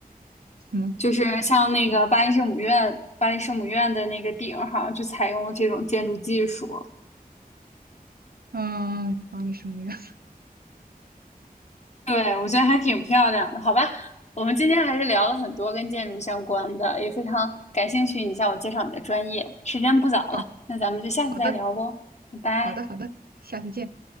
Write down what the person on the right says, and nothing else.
什么？
嗯，法你什么呀？
<laughs> 哦，
好的，
好的，好的，下次见。